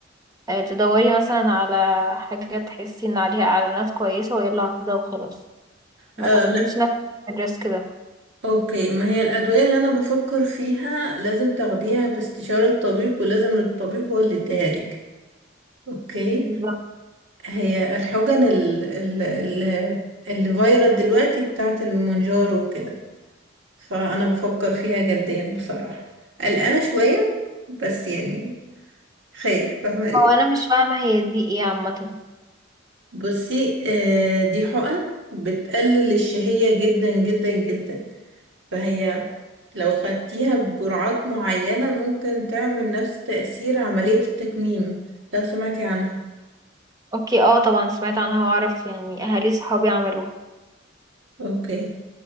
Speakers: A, on the right (about 20°); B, on the right (about 65°).
A: آه، تدوري مثلا على حاجة تحسي ان عليها اعلانات كويسة ويلا هاخدها وخلاص ما
B: آه
A: تحطيش
B: لا
A: نفسك في الريسك ده
B: اوكي ما هي الأدوية اللي أنا بفكر فيها لازم تاخديها باستشارة طبيب ولازم الطبيب هو اللي يديها لك اوكي
A: بالظبط
B: هي الحقن ال ال ال اللي فايرال دلوقتي بتاعت المونجارو وكده فأنا بفكر فيها جديا بصراحة قلقانة شوية بس يعني خير فاهماني
A: او انا مش فاهمة هي دي ايه عامة
B: بصي آه دي حقن بتقلل الشهية جدا جدا جدا فهي لو خدتيها بجرعات معينة ممكن تعمل نفس تأثير عملية التكميم لو سمعتي عنها
A: اوكي اه طبعا سمعت عنها واعرف يعني اهالي صحابي عملوها
B: اوكي